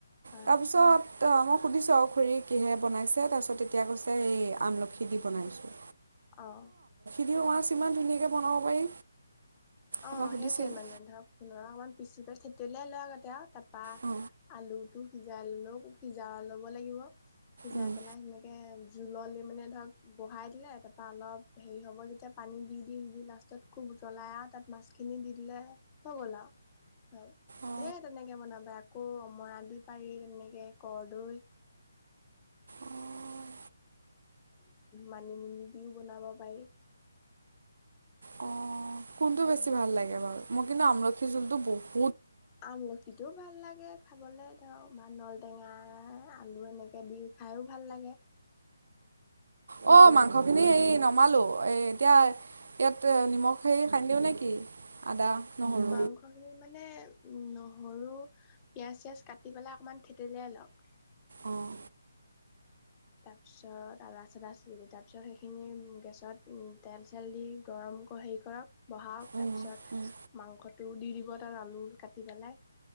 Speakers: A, on the left (about 20°); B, on the right (about 65°).
A: হয়
B: তাৰপিছত। ত মই সুধিছো অ খুুৰী। কিহে বনাইছে তাৰপিছত তেতিয়া কৈছে এই আমলখি দি বনাইছোঁ।
A: অহ।
B: কি মাছ ইমান ধুনীয়াকৈ বনাব পাৰি।
A: অ
B: এবাৰ সুধিছিলোঁ।
A: সেইটোৱে মানে ধৰক খোণৰা অকমান পিচি। থেতেলিয়াই লোৱা গোটে তাত। বা
B: অ
A: আলুটো সিজাই ললো সিজাই অলপ। লাগিব। সিজাই
B: উম
A: পেলাই সেনেকে। জোলল দি মানে ধৰক বহাই দিলে তাৰপৰা অলপ হেৰি হ'ব যেতিয়া পানী দি দি দি লাষ্টত খুব উতলাই আৰু তাত। মাছখিনি দি দিলে হৈ গ'ল আৰু
B: অ
A: ধেৰ তেনেকে বনাবা আকৌ অমৰা দি পাৰি তেনেকে কৰদৈ।
B: অ
A: মানিমুনি দিও বনাব পাৰি।
B: অঁ কোনটো
A: ধেৰ
B: বেছি ভাল লাগে বাৰু মোক। কিন্তু আমলখি জোল টো বহু।
A: আমলখিটোও ভাল লাগে খাবলে ধৰ বা নল টেঙা আলু এনেকে দি খাইও ভাল লাগে।
B: উ অ মাংহখিনি হে নমালো এ এতিয়া ইয়াত নিমখ হেৰি সানি দিও নেকি আদা। নহৰু
A: মাংস খিনিত মানে উম নহৰু - পিয়াঁজ চিয়াজ কাটি পেলাই অকণমান থেতেলিয়াই লওক।
B: অঁ
A: তাৰপিছত আৰু আচডচ তাৰপিছত সেইখিনি গেছত তেল চেল দি গৰম হেৰি কৰক। বহাওক
B: উম,
A: তাৰপিছত
B: উম,
A: মাংসটো দি দিব। আৰু আলু কাটি পেলাই।